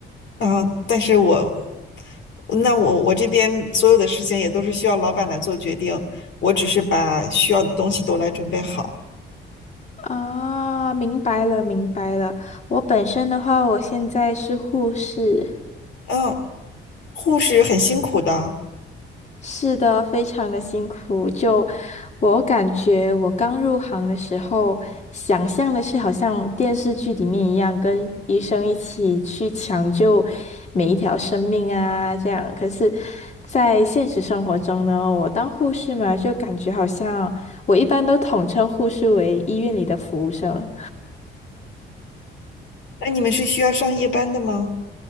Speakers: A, on the left; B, on the left.
A: 嗯，但是我那我我这边所有的事情也都是需要老板来做决定，我只是把需要的东西都来准备好。
B: 啊，明白了，明白了。我本身的话，我现在是护士，
A: 嗯，护士很辛苦的，
B: 是的，非常的辛苦。就我感觉，我刚入行的时候，想象的是好像电视剧里面一样，跟医生一起去抢救每一条生命啊，这样。可是，在现实生活中呢，我当护士嘛，就感觉好像我一般都统称护士为医院里的服务生。
A: 那你们是需要上夜班的吗？